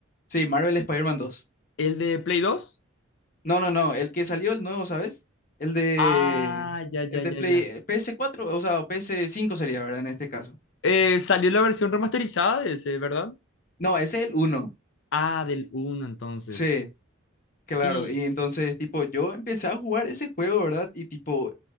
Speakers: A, on the left; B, on the left.
A: sí, Marvel Spider-Man 2.
B: el de Play 2.
A: No, no, no, el que salió el nuevo, ¿sabes? El de,
B: Ah, ya,
A: el
B: ya, ya,
A: de Play,
B: ya.
A: PS4, o sea, PS5 sería, ¿verdad? En este caso.
B: Eh, salió la versión remasterizada de ese, ¿verdad?
A: No, ese es el uno.
B: Ah, del uno, entonces.
A: Sí. Claro,
B: Y,
A: y entonces, tipo, yo empecé a jugar ese juego, ¿verdad? Y tipo,